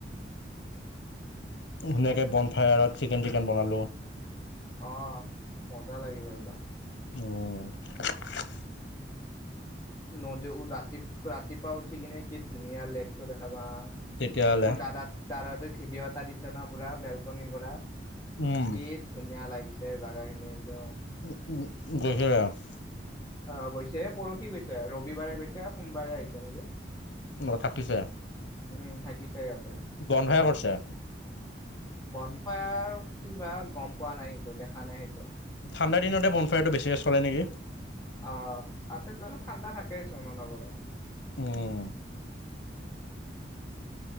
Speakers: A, on the left; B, on the left.
A: ধুনীয়াকে বন ফ্ৰায়াৰ চিকেন টিকেন বনালোঁ।
B: অঁ মজা লাগিব একদম।
A: ওঁম। ওঁম।
B: নদীও ৰাতি ৰাতিপুৱা উঠি কিনে কি ধুনীয়া লেকটো দেখা পাম।
A: তেতিয়াহ'লে
B: মোৰ দাদা দাদাটা ভিডিঅ' এটা দিছে ন পুৰা বেলকনিৰ পৰা। কি
A: উম,
B: ধুনীয়া লাগিছে জাগা খিনি একদম।
A: ওঁম ওঁম গৈছে ৰাজ
B: অঁ গৈছে পৰহি গৈছে ৰবিবাৰে গৈছে সোমবাৰে আহিছে নেকি?
A: ন থাপিছে
B: উম থাকিছে সিহঁতে
A: বন হে কৰিছে?
B: বন ফায়াৰ কিবা গম পোৱা নাই কিন্তু দেখা নাই সেইটো।
A: ঠাণ্ডা দিনতে বনফায়াৰটো বেছি চলে নেকি?
B: অঁ তাতেতো ঠাণ্ডা থাকেই চোন অলপ অলপ।
A: উম,